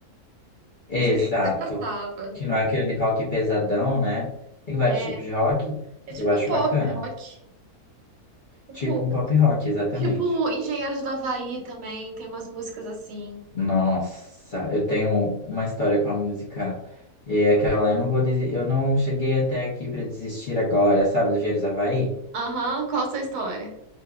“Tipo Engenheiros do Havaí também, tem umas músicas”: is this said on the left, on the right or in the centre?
Right